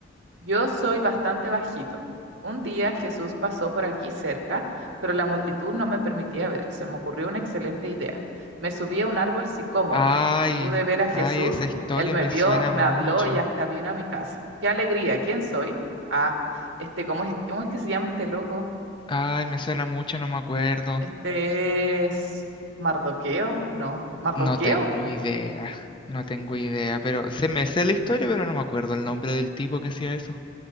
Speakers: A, on the right; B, on the left.
A: yo soy bastante bajito. Un día Jesús pasó por aquí cerca, pero la multitud no me permitía ver. Se me ocurrió una excelente idea. Me subí a un árbol sicómoro.
B: Ay,
A: Pude ver a Jesús,
B: ay, esa historia
A: él me
B: me
A: vio,
B: suena
A: me
B: mucho.
A: habló y hasta vino a mi casa. ¡Qué alegría! ¿Quién soy? Ah, este, ¿cómo es, cómo es que se llama este loco?
B: Ay, me suena mucho, no me acuerdo.
A: Este es Mardoqueo, no, Mardoqueo.
B: No tengo idea, no tengo idea, pero se me sé la historia, pero no me acuerdo el nombre del tipo que hacía eso.